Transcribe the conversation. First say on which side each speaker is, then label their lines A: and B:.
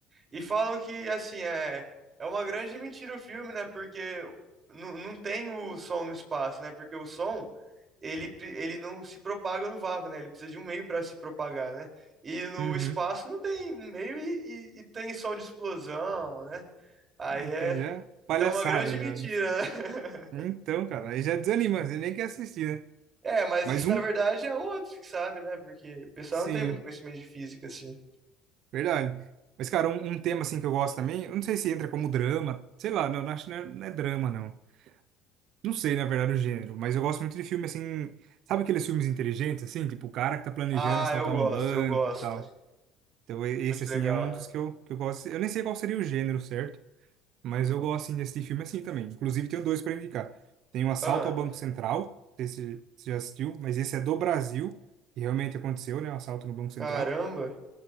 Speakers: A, on the right; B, on the right.
A: E falam que, assim, é, é uma grande mentira o filme, né? Porque nu- não tem o som no espaço, né? Porque o som, ele, pre- ele não se propaga no vácuo, né? Ele precisa de um meio para se propagar, né? E no
B: Uhum.
A: espaço não tem um meio e, e, e tem som de explosão, né? Aí
B: Então,
A: é.
B: já. Palhaçada,
A: Então é uma grande
B: já.
A: mentira,
B: né?
A: né?
B: Então,
A: <laughs>
B: cara, aí já desanima, você nem quer assistir, né?
A: É, mas
B: Mas
A: isso
B: um.
A: na verdade é um outro que sabe, né? Porque o pessoal
B: Sim,
A: não tem muito conhecimento de física, assim.
B: verdade. Mas, cara, um, um tema, assim, que eu gosto também. Eu não sei se entra como drama. Sei lá, não, não acho que não é, não é drama, não. Não sei, na verdade, o gênero. Mas eu gosto muito de filme, assim. Sabe aqueles filmes inteligentes, assim? Tipo, o cara que tá planejando
A: Ah,
B: assaltar
A: eu gosto,
B: um banco
A: eu gosto.
B: e tal. Então, e-
A: Muito
B: esse, assim,
A: legal.
B: é um dos que eu, que eu gosto. Eu nem sei qual seria o gênero, certo? Mas eu gosto, assim, de assistir filme assim também. Inclusive, tenho dois para indicar. Tem o Assalto
A: Ah,
B: ao Banco Central, não sei se você já assistiu, mas esse é do Brasil, e realmente aconteceu, né? O assalto no Banco Central.
A: caramba,